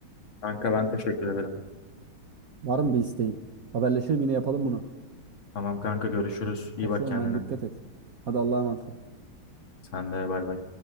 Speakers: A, on the left (about 65°); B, on the right (about 55°).
A: Kanka ben teşekkür ederim.
B: Var mı bir isteğin? Haberleşelim yine yapalım bunu.
A: Tamam kanka görüşürüz.
B: Kaçıyorum
A: İyi bak kendine.
B: ben dikkat et. Hadi Allah'a emanet ol.
A: Sen de bay bay.